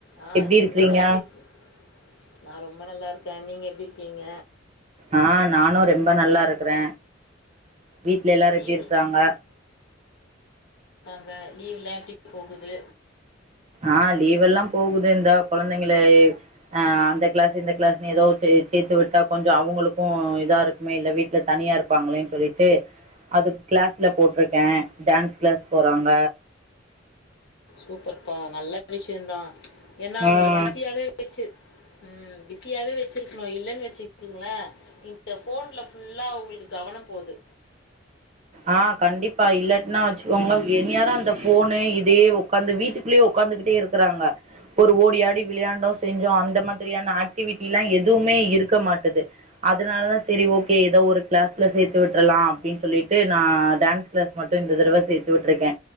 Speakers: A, on the left; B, on the right.
A: ஆ
B: எப்டி
A: என்னப்பா
B: இருக்கிறீங்க
A: எப்படியிருக்கி நா ரொம்ப நல்லா இருக் <unintelligible> நீங்க எப்டி இருக்கீங்க
B: ஆ நானு ரெம்ப நல்லா இருக்குறே வீட்ல எல்லாரு
A: லீவு
B: எப்டி இருக்காங்க
A: <unintelligible> லீவ்லா எப்டி போகுது
B: ஆ லீவ்வெல்லா போகுது இந்தா கொழந்தைங்கள ஆ அந்த கிளாஸ்ஸு இந்த கிளாஸ்ன்னு ஏதோ ஒண்ணு சேத்து விட்டா கொஞ்சு அவங்களுக்கு இதா இருக்குமே இல்ல வீட்டுல தனியா இருப்பாங்களேன்னு சொல்லிட்டு அதுக்கு கிளாஸ்ல போட்ருக்கே டான்ஸ் கிளாஸ் போறாங்க
A: சூப்பர்ப்பா நல்ல விஷயந்தா ஏன்னா
B: ம்
A: உங்கள பிஸியாவே வெச்சு உம் பிஸியாவே வச்சிருக்கணு இல்லனு வச்சுக்கீங்களே இந்த போன்ல புல்லா அவங்களுக்கு கவனம் போது
B: ஆ கண்டிப்பா இல்லட்டின்னா வச்சுக்கோங்க என்னேரோ அந்த போனு இதையே உக்காந்து வீட்டுக்குள்ளேயே உட்காந்துகிட்டே இருக்குறாங்க ஒரு ஓடியாடி விளையாண்டோ செஞ்சோ அந்த மாதிரியான ஆக்டிவிட்டிலா எதுவுமே இருக்க மாட்டது அதனாலதா சரி ஓக்கே எதோ ஒரு கிளாஸ்ல சேர்த்து விட்டுரலா அப்படின்னு சொல்லிட்டு ட்டு நா டேன்ஸ் கிளாஸ் மட்டு இந்த தடவ சேத்து விட்ருக்கே